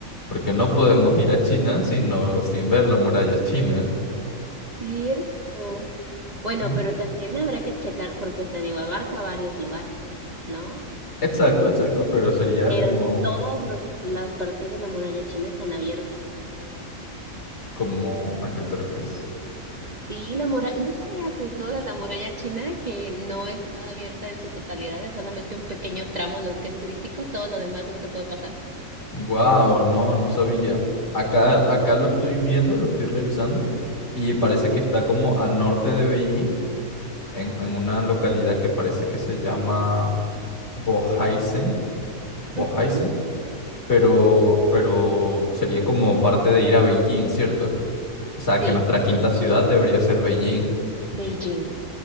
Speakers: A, on the left (about 55°); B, on the right (about 35°).
A: Porque no podemos ir a China sino sin ver la muralla china.
B: cierto. Bueno,
A: Mm,
B: pero también habrá que checar porque, o sea, digo, abarca varios lugares, ¿no?
A: Exacto, exacto, pero sería
B: Pero
A: como,
B: no todas las partes de la muralla china están abiertas.
A: como, ¿a qué te refieres?
B: Sí, la muralla, no sabías, ¿no? De la muralla china que no está abierta en su totalidad, es solamente un pequeño tramo lo que es turístico, todo lo demás no se puede pasar.
A: Wow, no, no sabía. Acá,
B: Sí.
A: acá lo estoy viendo, lo estoy revisando y parece que está como al norte de Beijing en, en una localidad que parece que se llama Bohaisen, Bohaisen,
B: Ujú.
A: pero, pero sería como parte de ir a Beijing, ¿cierto? O sea,
B: Sí,
A: que nuestra quinta ciudad debería ser Beijing.
B: Beijing,